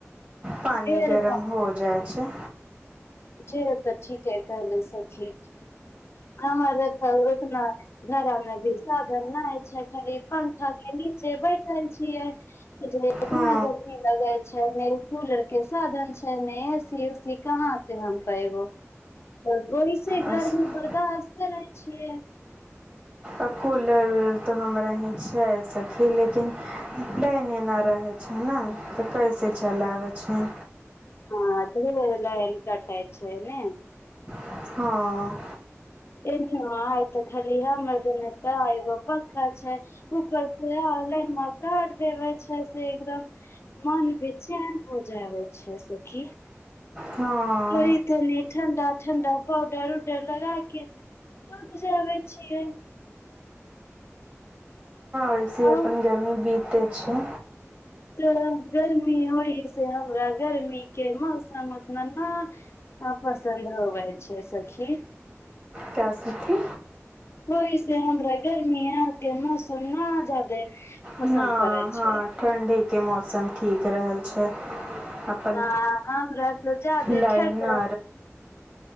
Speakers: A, on the right; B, on the left.
A: पानी
B: ढेर
A: गरम हो जाइ छै
B: जे त ठीके कहलों सखी हमर तऽ ओतना घरामे भी साधन नहिइ छै खाली पंखा नीचे बैठल छियै इतना
A: हँ,
B: गर्मी लगे छै कूलर के साधन छै ने एसी उसी कहाँते हम पैएबो तऽ ओहिस इधर
A: आ
B: गर्मी बर्दास्त करै छियै
A: आ कूलर उलर तो हमरा ही छै सखी लेकिन लाइन न रहे छै ने तऽ कैसे चलआबै छै
B: हमरा दु बेर लाइन कटैय छैय न
A: हँ
B: ए आ तऽ खाली ह मरदने त एगो पक्का छै ककर छै काट देबे छै से एकदम मन बेचैन हो जावे छै सखी किए
A: हँ
B: थोड़ी तनी ठण्डा ठण्डा पौडर उडर लगा क तू त जानें छियै
A: वेसे
B: आब
A: अपन गरमी बीतै छै
B: तऽ गर्मी होइ से हमरा गर्मी के मौसम उतना न हँ पसंद होवय छै सखी
A: क्या सखी
B: ओयसे हमरा गर्मी के मौसम न जादे पसन्द
A: न
B: पड़ै
A: हँ
B: छै
A: ठण्ढी के मौसम ठीक रहल छै अपन
B: ह हमरा तोच दे
A: लाइन
B: छै <inaudible>
A: ना